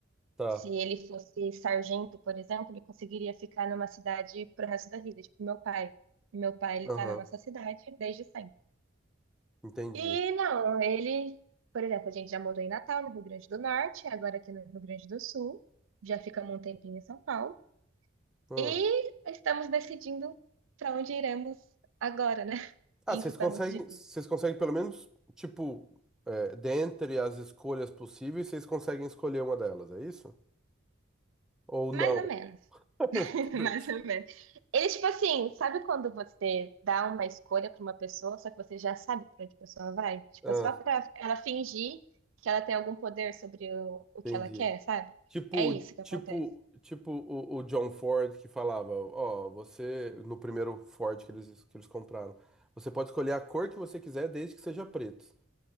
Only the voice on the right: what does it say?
Se ele fosse sargento, por exemplo, ele conseguiria ficar numa cidade pro resto da vida, tipo meu pai. Meu pai, ele
tá na nossa cidade desde sempre.
E não, ele, por exemplo, a gente já mudou em Natal, no Rio Grande do Norte, agora aqui no Rio Grande do Sul, já ficamos um tempinho em São Paulo.
E estamos decidindo para onde iremos agora, né?
Isso
tá
muito difícil.
Mais ou menos.
<laughs> Mais ou menos. Ele, tipo assim, sabe quando você dá uma escolha para uma pessoa, só que você já sabe para onde a pessoa vai? Tipo,
é só para ela fingir que ela tem algum poder sobre o, o que
ela quer, sabe?
É isso que acontece.